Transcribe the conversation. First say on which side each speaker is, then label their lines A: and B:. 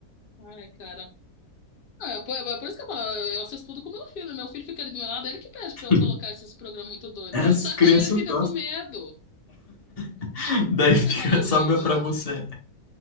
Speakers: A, on the left; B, on the left.
A: Ai, cara. É, por, é por isso que eu falo, eu eu assisto tudo com meu filho. Meu filho fica ali do meu lado, ele que pede
B: <laughs>
A: pra eu colocar esses programas muito doidos.
B: As
A: Só
B: crianças
A: que aí ele fica
B: gostam.
A: com medo.
B: <laughs> Daí fica
A: Aí fala, mãe,
B: só
A: tira.
B: meu pra você.